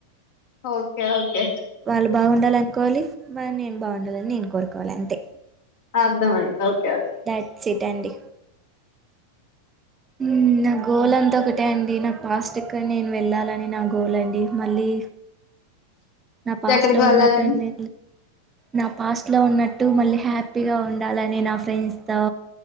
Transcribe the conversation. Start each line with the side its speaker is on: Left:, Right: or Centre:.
Left: ఓకే అంటే
Right: వాళ్ళు బాగుండాలి అనుకోవాలి మరి నేను బాగుండాలని నేను కోరుకోవాలి అంతే
Left: అర్థమయిన తరువాత
Right: దాట్స్ట్ అండి హ్మ్ నా గోలంతా ఒక అంతే అండి నా పాస్ట్ క నేను వెళ్ళాలని నా గోల్ అండి మళ్ళీ నా పాస్
Left: ఎక్కడికి
Right: లో
Left: వెళ్ళాలని
Right: ఉన్నట్టు ని నా పాస్ట్లో ఉన్నట్టు మళ్ళీ హ్యాపీగా ఉండాలని నా ఫ్రెండ్స్తో